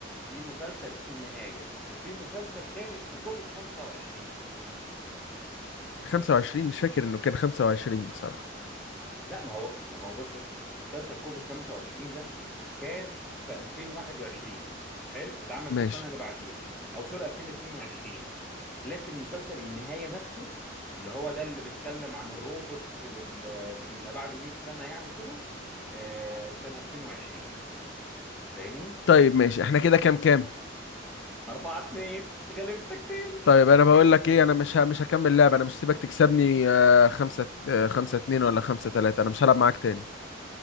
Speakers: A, in the centre; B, on the left.
A: في مسلسل اسمه النهاية وفي مسلسل تاني اسمه كوفيد 25
B: 25 مش فاكر انه كان 25 بصراحة
A: لا ما هو ما هو بص اسمع مسلسل كوفيد 25 ده كان في 2021 حلو اتعمل
B: ماشي
A: في السنة اللي بعديها او سوري 2022 لكن مسلسل النهاية نفسه اللي هو ده اللي بيتكلم عن الروبوتس وال ما بعد 100 سنة يعني وكده آه، كان 2020 فاهمني
B: طيب ماشي احنا كده كام كام
A: 4 2 غلبتك تاني
B: طيب انا بقول
A: <laughs>
B: لك ايه انا مش ه- مش هكمل لعب انا مش هسيبك تكسبني آه، خمسة آه، خمسة اتنين ولا خمسة تلاتة انا مش هلعب معاك تاني